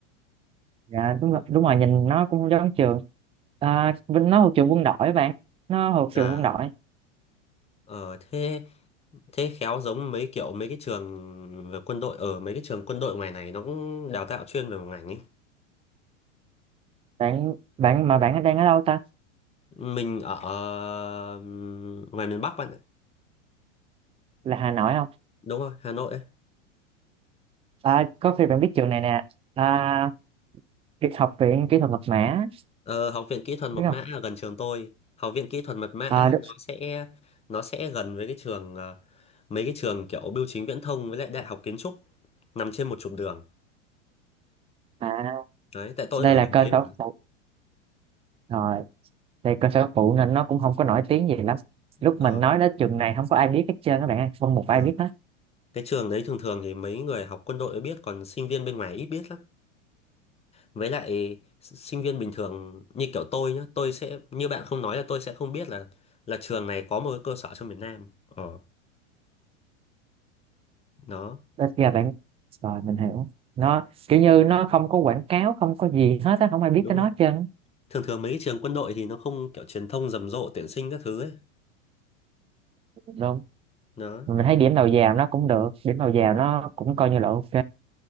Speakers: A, on the right; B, on the left.
A: dạ đúng
B: Đấy.
A: rồi, đúng rồi nhìn nó cũng giống trường à, Vinh nó thuộc trường quân đội bạn nó thuộc trường
B: À
A: quân đội
B: ờ thế thế khéo giống mấy kiểu mấy cái trường về quân đội ở mấy cái trường quân đội ngoài này nó cũng đào tạo chuyên về một ngành ấy
A: bạn bạn mà bạn đang ở đâu ta
B: mình ở ừm, ngoài miền Bắc bạn ạ
A: là Hà Nội không
B: đúng rồi Hà Nội ấy
A: à, có khi bạn biết trường này nè à, Kỹ- học viện kỹ thuật mật mã
B: ờ, học viện kỹ thuật mật
A: biết
B: mã
A: không
B: ở gần trường tôi học viện kỹ thuật mật mã
A: à, đúng.
B: nó sẽ nó sẽ gần với cái trường ờ, mấy cái trường kiểu bưu chính viễn thông với lại đại học kiến trúc nằm trên một trục đường
A: à,
B: đấy tại tôi
A: đây
B: ở
A: là
B: gần
A: cơ
B: đấy mà
A: sở phụ rồi đây cơ sở phụ nên nó cũng không có nổi tiếng gì lắm lúc
B: ờ,
A: mình nói đến trường này không có ai biết hết trơn các bạn ơi, không một ai
B: ờ.
A: biết hết
B: cái trường đấy thường thường thì mấy người học quân đội mới biết còn sinh viên bên ngoài ít biết lắm Với lại sinh viên bình thường như kiểu tôi nhá, tôi sẽ như bạn không nói là tôi sẽ không biết là là trường này có một cái cơ sở trong miền Nam. Ờ, đó,
A: đến giờ bạn rồi mình hiểu nó kiểu như nó không có quảng cáo không có gì hết á không ai biết
B: đúng
A: cái
B: rồi.
A: nó hết trơn
B: Thường thường mấy cái trường quân đội thì nó không kiểu truyền thông rầm rộ tuyển sinh các thứ ấy.
A: đúng
B: Đó.
A: mình thấy điểm đầu vào nó cũng được điểm đầu vào nó cũng coi như là ok